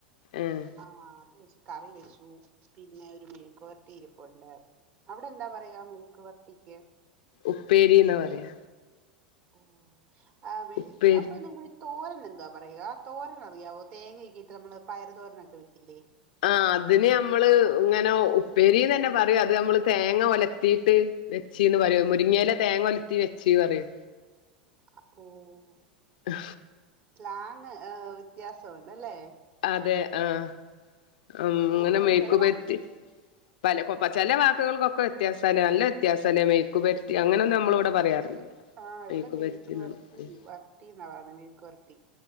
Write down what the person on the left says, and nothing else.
ഏഹ്
ഉപ്പേരിന്നാ പറയാ.
ഉപ്പേരി
ആഹ് അതിന് ഞമ്മള് ഇങ്ങനൊ ഉപ്പേരിന്ന് തന്നെ പറയും അത് നമ്മള് തേങ്ങ ഒലത്തിട്ട് വെ ച്ചീന്ന് പറയും മുരിങ്ങ എല തേങ്ങ ഓലത്തി വെച്ചിന്ന് പറിം.
ആ്
അതെ ആഹ് ഉം ഇങ്ങനെ
മെയുക്കുപെര്ട്ടി.
പല കൊ ചെല വാക്കുകൾക്കൊക്ക വ്യത്യാസാലേ നല്ല വ്യത്യാസാലേ മെയുക്കുപെര്ട്ടി അങ്ങനൊന്നും നമ്മള് വടെ പറയാറില്ല.
മെഴുക്കുപെരട്ടീന്നൊന്നും